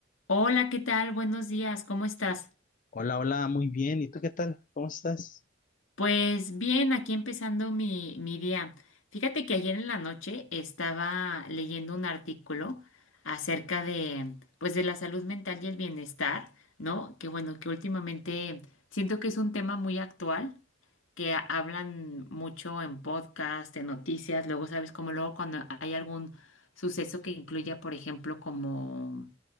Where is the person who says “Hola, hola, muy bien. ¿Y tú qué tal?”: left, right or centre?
Left